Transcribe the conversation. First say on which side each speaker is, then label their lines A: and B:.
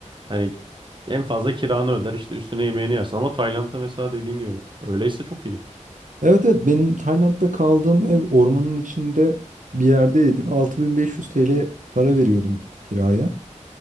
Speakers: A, on the right; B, on the right.
A: hani en fazla kiranı öder işte üstüne yemeğini yersin ama Tayland'da mesela dediğin gibi öyleyse çok iyi.
B: Evet evet benim Tayland'da kaldığım ev ormanın içinde bir yerdeydi. 6500 TL para veriyordum kiraya